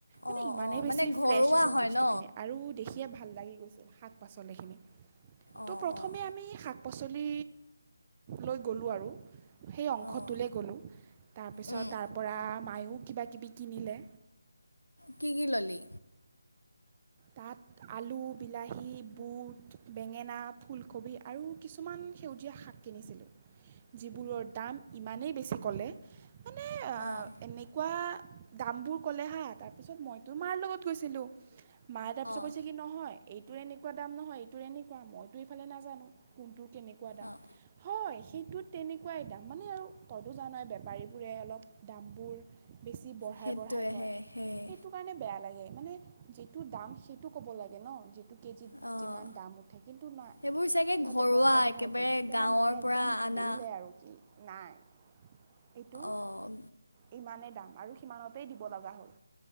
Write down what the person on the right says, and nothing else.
মানে
ইমানেই
বেছি
ফ্ৰেছ আছিল
বস্তুখিনি
আৰু দেখিয়ে ভাল লাগি গৈছিল, শাক পাচলিখিনি।
ত' প্ৰথমে
আমি শাক পাচলি লৈ গ'লোঁ আৰু। সেই অংশটোলে
গ'লোঁ, তাৰপিছত
তাৰপৰা মায়ো কিবা কিবি কিনিলে।
তাত আলু, বিলাহী, বুট, বেঙেনা, ফুলকবি আৰু কিছুমান সেউজীয়া শাক কিনিছিলোঁ, যিবোৰৰ দাম ইমানেই বেছি ক'লে মানে
এনে কোৱা দামবোৰ ক'লে হা, তাৰপিছত মইতো মাৰ লগত গৈছিলোঁ। মায়ে তাৰ পিছত
কৈছে কি নহয়, এইটো এনেকুৱা দাম নহয়, এইটো এনেকুৱা, মইতো এইফালে নাজানো কোনটো কেনেকুৱা দাম,
হয় সেইটোত তেনেকুৱাই দাম মানে আৰু তইতো জানই, বেপাৰীবোৰে অলপ দামবোৰ বেছি বঢ়াই
বঢ়াই কয়,
সেইটো কাৰণে বেয়া লাগে, মানে যিটো দাম সেইটো ক'ব লাগে ন। কেজিত
যিমান দাম উঠে, কিন্তু না
সিহঁতে
বঢ়াই বঢ়াই
কয়, কিন্তু
আমাৰ মায়ে একদম
ধৰিলে আৰু কি নাই, এইটো
ইমানেই দাম আৰু সিমানতেই দিব লগা হ'ল।